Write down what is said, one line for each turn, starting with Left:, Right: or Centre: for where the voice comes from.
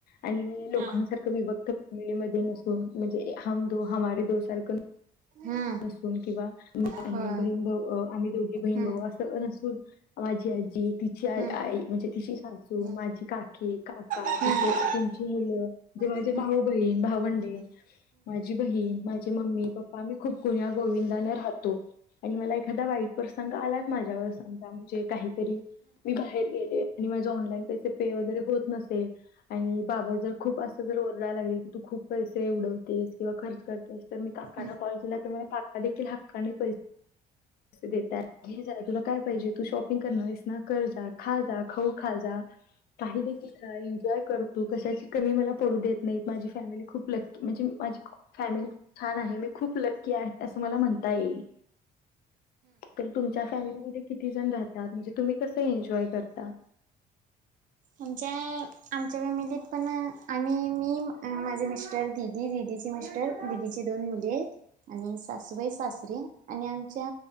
Left: आणि मी लोकांसारखं
Right: हा
Left: विभक्त फॅमिलीमध्ये नसून म्हणजे हम दो हमे दो सारखं
Right: हम्म
Left: नसून किंवा ही
Right: होय
Left: बहीण भाऊ आम्ही दोघी बहीण
Right: हम्म
Left: भाऊ असं नसून, माझी आजी तिची आ
Right: हम्म
Left: आई म्हणजे तिची सासू
Right: हम्म
Left: माझी काकी काका
Right: हम्म
Left: तिचे तिची मुलं माझे
Right: हम्म
Left: भाऊ, बहीण, भावंडे, माझी बहीण, माझे मम्मी, पप्पा मी खूप गुण्या गोविंदाने राहतो. आणि मला एखादा वाईट प्रसंग आला माझ्यावर समजा काही मी बाहेर गेले आणि माझ ऑनलाईन पैसे पे वगैरे होत नसेल आणि बाबांचे खूप असं जर ओरडाय लागले. की तू खूप पैसे उडवतेस किंवा खर्च करतेस, तर मी काकाना
Right: आमच्या
Left: कॉल केला तर मला काका देखील हक्काने असं देत्यात घे जा तुला काय पाहिजे तू शॉपिंग करणार आहेस ना कर जा खा जा खाऊ खाजा काही देखील खा एन्जॉय कर तु कशाची कमी मला पडू देत नाही माझी फॅमिली खू प लक्की म्हणजे माझी फॅमिली खूप छान आहे मी खूप लक्की आहे असं मला म्हणता येईल. तर तुमच्या फॅमिलीमध्ये किती जण राह तात म्हणजे तुम्ही कसं एन्जॉय करता?
Right: आमच्या आमच्या फॅमिलीत पण आम्ही मी माझे मिस्टर दिदी दी दी चे मिस्टर दिदी दोन मुले आणि सासूबाई सासरे आणि आमच्या